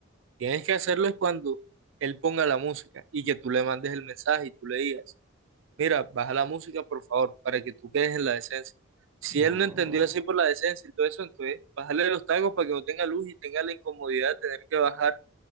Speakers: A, on the right (about 70°); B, in the centre.
A: tienes que hacerlo es cuando él ponga la música y que tú le mandes el mensaje y tú le digas, mira, baja la música por favor, para que tú quedes en la decencia. Si
B: No,
A: él no
B: no,
A: entendió
B: no.
A: así por la decencia y todo eso, entonces bájale los tacos para que no tenga luz y tenga la incomodidad de tener que bajar